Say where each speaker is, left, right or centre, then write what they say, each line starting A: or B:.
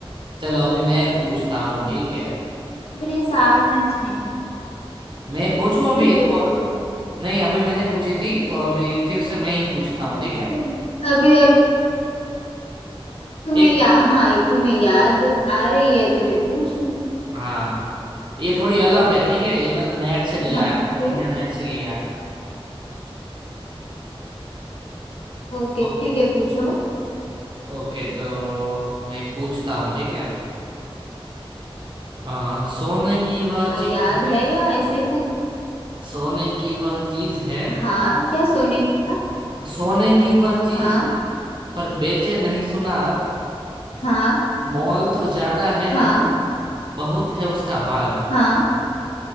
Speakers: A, on the right (about 55°); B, on the left (about 80°).
A: चलो अभी मैं पूछता हूँ ठीक है
B: पर ये सार मैच नहीं
A: मैं पूछूं अभी
B: ठीक
A: एक
B: है पूछो
A: और नहीं अभी मैंने पूछी थी तो अभी फिर से मैं ही पूछता हूँ ठीक है
B: अब- अभी तुम्हें
A: एक
B: या हाँ तुम्हें याद आ रही है तो फिर पूछो
A: हाँ ये थोड़ी अलग है ठीक है ये मैंने नेट से लिया
B: हाँ
A: है
B: पूछो
A: इंटरनेट से लिया है
B: ओके
A: ओके
B: ठीक है पूछो
A: ओके तो मैं पूछता हूँ ठीक है अ, सोने की वह
B: हाँ
A: चीज
B: याद
A: है
B: है या ऐसे ही पूछ
A: सोने की वह चीज है
B: हाँ क्या सोने की क्या
A: सोने की वह चीज
B: हाँ
A: पर बेचे नहीं सुनार
B: हाँ
A: मोल तो ज्यादा है
B: हाँ
A: नहीं बहुत है उसका भार
B: हाँ